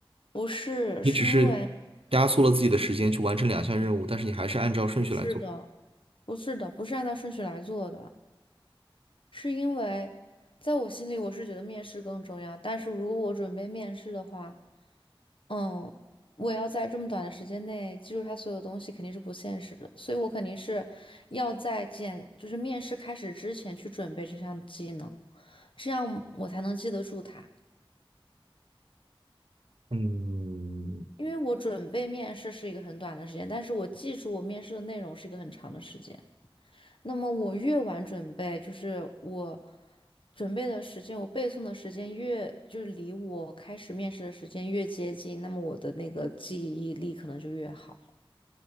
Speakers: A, on the left (about 65°); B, on the right (about 85°).
A: 不是，
B: 你只是
A: 是因为
B: 压缩了自己的时间去完成两项任务，但是你还是按照顺序来做。
A: 不是的，不是的，不是按照顺序来做的。是因为在我心里，我是觉得面试更重要。但是如果我准备面试的话，嗯，我要在这么短的时间内记住他所有东西，肯定是不现实的。所以我肯定是要在简，就是面试开始之前去准备这项技能，这样我才能记得住它。
B: 嗯
A: 因为我准备面试是一个很短的时间，但是我记住我面试的内容是一个很长的时间。那么我越晚准备，就是我准备的时间，我背诵的时间越，就是离我开始面试的时间越接近，那么我的那个记忆力可能就越好。